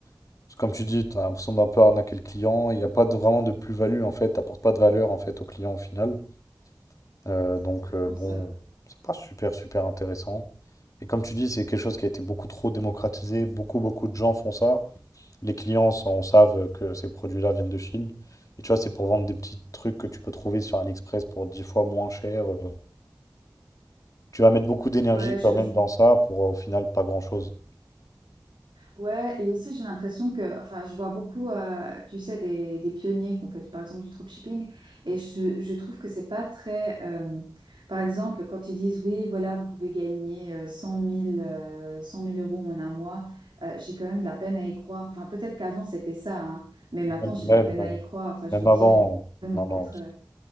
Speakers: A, on the left (about 45°); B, on the right (about 85°).
A: Parce que comme tu dis, tu as l'impression d'un peu arnaquer le client. Il n'y a pas de, vraiment de plus-value, en fait. Tu n'apportes pas de valeur, en fait, au client au final. Euh,
B: C'est
A: donc,
B: complètement
A: euh, bon,
B: ça. Ouais,
A: c'est pas super, super intéressant. Et comme tu dis, c'est quelque chose qui a été beaucoup trop démocratisé. Beaucoup, beaucoup de gens font ça. Les clients s'en savent que ces produits-là viennent de Chine. Et tu vois, c'est pour vendre des petits trucs que tu peux trouver sur AliExpress pour 10 fois moins cher. euh. Tu vas mettre beaucoup d'énergie
B: Ouais,
A: quand
B: je,
A: même
B: je-
A: dans ça pour euh, au final pas grand-chose.
B: Ouais, et aussi j'ai l'impression que, enfin, je vois beaucoup, euh, tu sais, des, des pionniers qui ont fait par exemple du dropshipping, et je, je trouve que c'est pas très, euh, par exemple, quand ils disent oui, voilà, vous pouvez gagner euh, 100 000, euh, 100 000 euros en un mois, euh, j'ai quand même de la peine à y croire. Enfin, peut-être qu'avant c'était ça, hein, mais maintenant
A: Même,
B: j'ai
A: même,
B: de la peine
A: non.
B: à y croire. Enfin, je
A: Même
B: veux
A: avant.
B: dire, il faut
A: euh, Non, non.
B: être, euh,